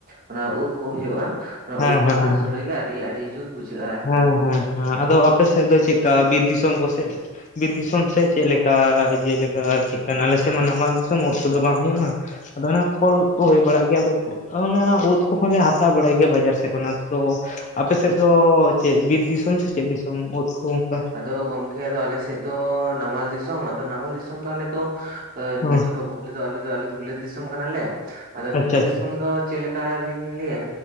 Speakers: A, on the right (about 40°); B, on the left (about 35°).
A: ᱚᱱᱟ ᱩᱫ ᱠᱚ ᱦᱩᱭᱩᱜᱼᱟ ᱚᱱᱟ
B: ᱦᱮᱸ
A: ᱩᱫ ᱠᱚᱨᱮᱱᱟᱜ
B: ᱦᱮᱸ ᱦᱮᱸ
A: ᱥᱚᱲᱮ ᱜᱮ ᱟᱹᱰᱤ ᱟᱹᱰᱤ ᱡᱩᱛ ᱵᱩᱡᱷᱟᱹᱜᱼᱟ᱾ ᱟᱨᱠᱤ
B: ᱦᱮᱸ ᱦᱮᱸ ᱦᱮᱸ ᱟᱫᱚ ᱟᱯᱮ ᱥᱮᱫ ᱫᱚ ᱪᱮᱫᱠᱟ ᱵᱤᱨ ᱫᱤᱥᱚᱢ ᱠᱚᱥᱮᱫ ᱵᱤᱨ ᱫᱤᱥᱚᱢ ᱥᱮ ᱪᱮᱫ ᱞᱮᱠᱟ ᱡᱮᱞᱮᱠᱟ ᱪᱮᱫ ᱠᱟᱱᱟ ᱟᱞᱮ ᱥᱮᱫ ᱢᱟ ᱱᱟᱢᱟᱞ ᱫᱤᱥᱚᱢ ᱳᱫ ᱠᱚᱫᱚ ᱵᱟᱝ ᱦᱩᱭᱩᱜᱼᱟ᱾ ᱟᱫᱚ ᱚᱱᱟ ᱠᱷᱚᱲ ᱩᱫ
A: ᱚ
B: ᱠᱚ ᱦᱩᱭ ᱵᱟᱲᱟᱜ ᱜᱮᱭᱟ ᱟᱫᱚ ᱚᱱᱟ ᱩᱫ ᱠᱚᱦᱚᱸᱞᱮ ᱦᱟᱛᱟᱣ ᱵᱟᱲᱟᱭ ᱜᱮᱭᱟ ᱵᱟᱡᱟᱨ ᱥᱮᱫ ᱠᱷᱚᱱᱟᱜ᱾ ᱛᱚ
A: ᱟᱪᱪᱷᱟ
B: ᱟᱯᱮᱥᱮᱫ
A: ᱟᱪᱪᱷᱟ
B: ᱫᱚ ᱪᱮᱫ ᱵᱤᱨ ᱫᱤᱥᱚᱢ ᱥᱮ ᱪᱮᱫ ᱫᱤᱥᱚᱢ ᱳᱫ ᱠᱚ ᱚᱱᱠᱟ?
A: ᱟᱫᱚ ᱜᱚᱝᱠᱮ ᱟᱞᱮ ᱥᱮᱫ ᱫᱚ ᱱᱟᱢᱟᱞ ᱫᱤᱥᱚᱢ ᱟᱫᱚ ᱱᱟᱢᱟᱞ ᱫᱤᱥᱚᱢ ᱫᱚ ᱟᱞᱮ ᱫᱚ
B: ᱦᱮᱸ
A: ᱱᱩᱫᱷᱩᱨ ᱵᱟᱹᱵᱩ ᱟᱞᱮᱫᱚ ᱟᱞᱮᱫᱚ ᱟᱞᱮᱫᱚ ᱵᱤᱞᱟᱹᱛ ᱫᱤᱥᱚᱢ ᱠᱟᱱᱟᱞᱮ ᱟᱫᱚ ᱵᱤᱞᱟᱹᱛ
B: ᱟᱪᱪᱷᱟ ᱟᱪᱪᱷᱟ
A: ᱫᱤᱥᱚᱢ ᱫᱚ ᱪᱮᱫᱞᱮᱠ ᱚᱱᱠᱟ ᱞᱤᱧ ᱞᱟᱹᱭᱟ